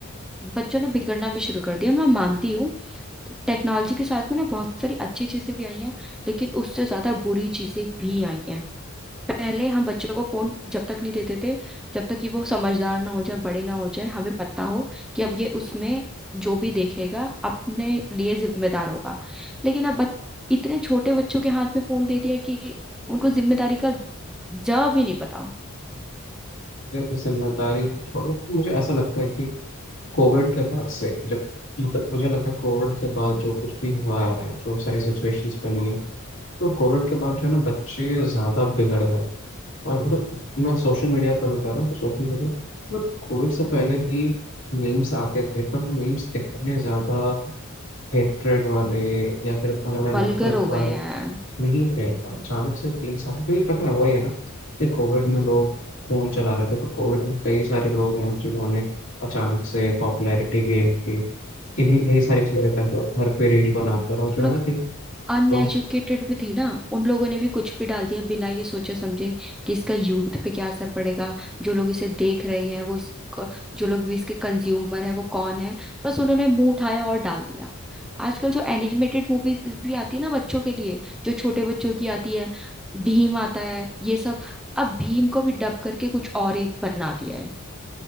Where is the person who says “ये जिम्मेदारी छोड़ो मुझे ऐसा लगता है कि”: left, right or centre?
Left